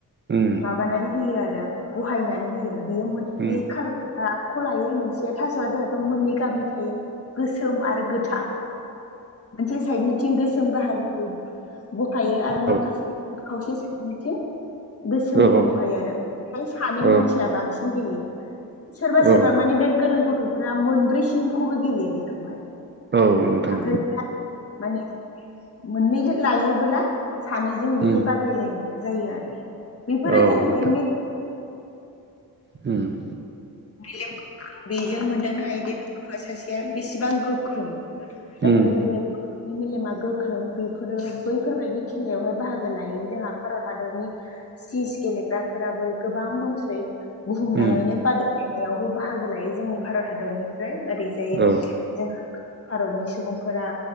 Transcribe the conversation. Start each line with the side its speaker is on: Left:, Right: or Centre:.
Right: ओम
Left: माबानानै होयो आरो बहायनानै होयो बियो।
Right: उम
Left: बे खालार गाबखौ लायो मोनसेया थास'आ जाहाथ' मोननै गाबनि थायो। गोसोम आरो गोथां मोनसे साइदनि थिं गोसोम बाहागोखौ बहायो आरो माखासे
Right: औ
Left: खावसे बिथिं गोसोमखौ
Right: औ
Left: बहायो आरो ओमफाय सानै
Right: औ
Left: मानसिया बांसिन गेले सोरबा
Right: औ
Left: सोरबा माने बे गोरों गथ'फ्रा मोनब्रैसिमखौबो गेलेयो बेखौहाय।
Right: औ नोंथां
Left: आमफ्राय माने मोननै लायोबोला सानैजों बेहाय
Right: उम
Left: बादायलायनाय जायो आरो। बिफोरो
Right: औ
Left: जाहैबाय
Right: नोंथां
Left: <inaudible>
Right: उम
Left: मेलेमखौ बेजों मोनदांनो हायो दे बे गथ'वा सासेया बेसेबां गोख्रों जायफोरो
Right: उम
Left: बे नि मेलेमा गोख्रों बिफोरो बैफोरबायदि खेलायावहाय बाहागो लायो जोंहा भारत हादरनि चीज गेलेग्राफोराबो गोबां दंसै। बुहुमनाङैनो
Right: उम
Left: बादायलायनायावबो बाहागो लायो जोंनि भारत हादरनिफ्राय ओरैजाय
Right: औ
Left: जोंहा भारतनि सुबुंफोरा